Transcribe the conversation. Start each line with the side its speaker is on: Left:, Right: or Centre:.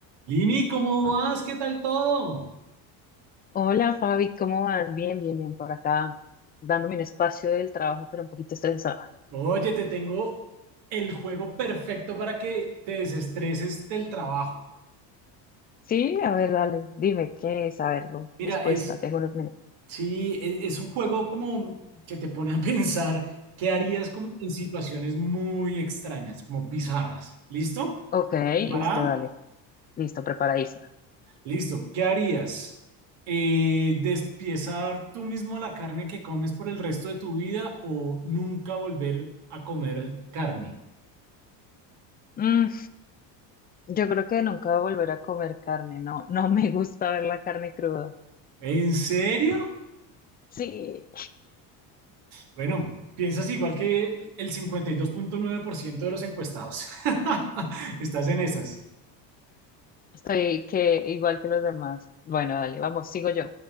Right: Lini, ¿cómo vas? ¿Qué tal todo?
Left: Hola Fabi, ¿cómo vas? Bien, bien, bien, por acá, dándome un espacio del trabajo, pero un poquito estresada.
Right: Oye, te tengo el juego perfecto para que te desestreses del trabajo.
Left: Sí, a ver, dale, dime qué es, a ver, no,
Right: Mira,
Left: dispuesta,
Right: es,
Left: tengo unos minutos.
Right: sí, e- es un juego como que te pone a <laughs> pensar qué harías como en situaciones muy extrañas, como bizarras. ¿Listo?
Left: Ok,
Right: ¿Preparada?
Left: listo, dale, listo, preparadísima.
Right: Listo. ¿Qué harías? Eh, ¿despiezar tú mismo la carne que comes por el resto de tu vida o nunca volver a comer carne?
Left: Mm, yo creo que nunca voy a volver a comer carne, no, <laughs> no me gusta ver la carne cruda.
Right: ¿En serio?
Left: Sí,
Right: Bueno, piensas igual que el 52.9% de los encuestados. <laughs> Estás en esas.
Left: estoy que igual que los demás. Bueno, dale, vamos, sigo yo.